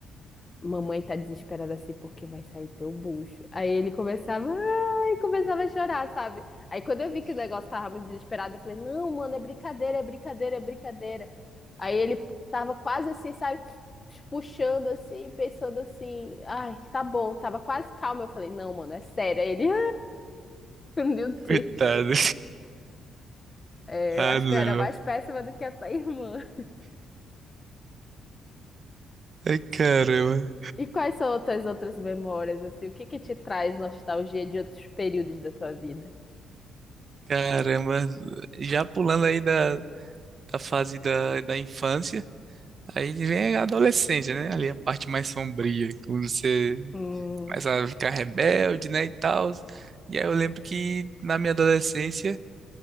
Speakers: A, on the left; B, on the right.
A: Mamãe tá desesperada assim porque vai sair teu bucho. Aí ele começava, ai, começava a chorar, sabe? Aí quando eu vi que o negócio tava muito desesperado, eu falei, não, mano, é brincadeira, é brincadeira, é brincadeira. Aí ele tava quase assim, sabe? Puxando assim, pensando assim, ai, tá bom, tava quase calmo. Eu falei, não, mano, é sério. Aí ele, <laughs> ai, meu Deus.
B: Coitado.
A: É,
B: Ah,
A: eu acho
B: não.
A: que eu era mais péssima do que a tua irmã.
B: Ai, caramba.
A: E quais são as tuas outras memórias, assim? O que que te traz nostalgia de outros períodos da tua vida?
B: Caramba. Já pulando aí da, da fase da, da infância, aí vem a adolescência, né? Ali a parte mais sombria, quando você
A: Hum.
B: mas a ficar rebelde, né, e tal. E aí eu lembro que na minha adolescência,